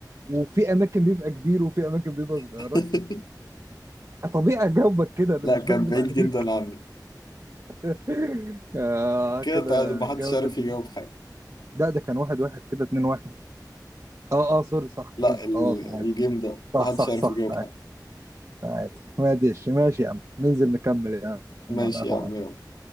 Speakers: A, on the right (about 45°); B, on the left (about 80°).
A: وفي اماكن بيبقى كبير وفي اماكن بيبقى صغيره
B: <laughs>
A: طبيعي اجاوبك كده انا
B: لا
A: مش
B: كان
A: بكدب
B: بعيد
A: عليك
B: جدا عني
A: <laughs> آه
B: كده
A: كده
B: تعادل محدش
A: الجوله
B: عارف يجاوب
A: دي
B: حاجة
A: لا ده كان واحد واحد كده اتنين واحد اه اه سوري صح
B: لا
A: كده
B: ال-
A: اه تعادل
B: الجيم ده
A: صح
B: محدش
A: صح
B: عارف
A: صح
B: يجاوب
A: تعادل
B: حاجة
A: تعادل ماشي ماشي يا عم ننزل نكمل يا
B: ماشي
A: عم على القهوه
B: يا عم
A: يا عم.
B: يلا